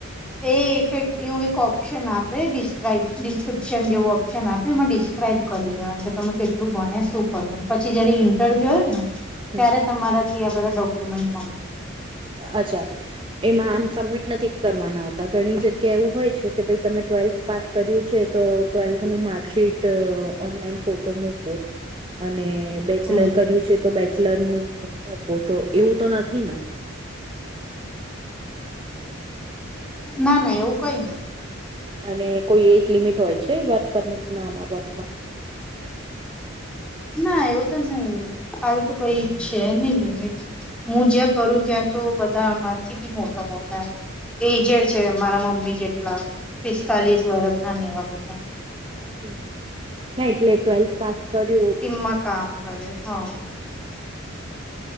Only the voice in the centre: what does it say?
એ એક એક એવું એક ઓપ્શન આપે ડિસ્ક્રાઈબ ડિસ્ક્રિપ્શન જેવું ઓપ્શન આપે એમાં ડિસ્ક્રાઈબ કરી દેવાનું કે તમે કેટલું ભાણિયા શું કરું પછી જયારે ઇન્ટરવ્યુ હોય ને
ત્યારે તમારાથી આ બધા ડોક્યુમેન્ટ
હમ
ના ના એવું કઈ ના
ના એવું તો નહીિ આવી તો કઈ ઈ્ છે નહી લિમિટ, હું જ્યાં કરું ત્યાં તો બધા આમાંથી બી મોટા મોટા એજેડ છે મારા મમ્મી જેટલા પિસ્તાલીસ વર્ષ ના વા હતા
મકામ કરે હા,